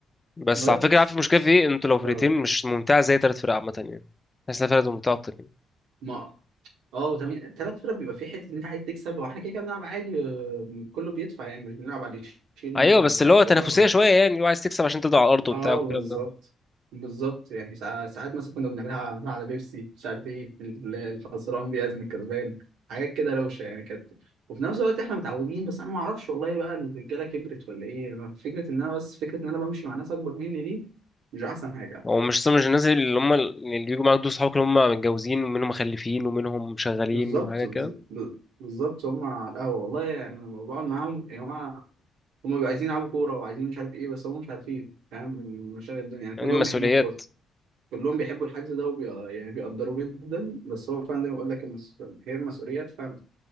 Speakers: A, on the left; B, on the right.
A: بس
B: بس
A: على فكرة عارف المشكلة في ايه؟ انتوا لو فرقتين
B: ف
A: مش ممتعة زي تلات فرق عامة يعني تحس انها فرقة ممتعة أكتر يعني
B: ما اه تمام تلات فرق بيبقى في حته ان انت عايز تكسب واحنا كده كده بنلعب عادي آه، كله بيدفع يعني مش بنلعب على اللي يشيل مثلا
A: أيوة بس
B: ولا
A: اللي
B: ولا
A: هو تنافسية
B: بنلعب على حاجة.
A: شوية يعني اللي هو عايز تكسب عشان تفضل على الأرض وبتاع
B: اه
A: والكلام
B: بالظبط
A: ده
B: بالظبط يعني ساع- ساعات مثلا كنا بنعملها مثلاً على بيبسي مش عارف ايه ال- الخسران بيعزم الكسبان حاجات كده روشه يعني كانت وفي نفس الوقت احنا متعودين بس انا ما اعرفش والله بقى الرجاله كبرت ولا ايه فكره ان انا بس فكره ان انا بمشي مع ناس اكبر مني دي مش احسن حاجه على
A: هو
B: فكره
A: مش مش الناس اللي هم اللي بيجوا معاك دول صحابك اللي هم متجوزين ومنهم مخلفين ومنهم شغالين
B: بالظبط
A: وحاجة
B: بز-
A: كده
B: ب- بالظبط هم على القهوه والله يعني انا لما بقعد معاهم يا جماعه هم بيبقوا عايزين يلعبوا كوره وعايزين مش عارف ايه بس هم مش عارفين فاهم من مشاغل الدنيا يعني
A: يعني
B: كلهم
A: المسؤوليات
B: بيحبوا الكوره كلهم بيحبوا الحجز ده وبي... يعني بيقدروه جدا بس هو فعلا زي ما بقول لك المس... هي المسؤوليات فعلا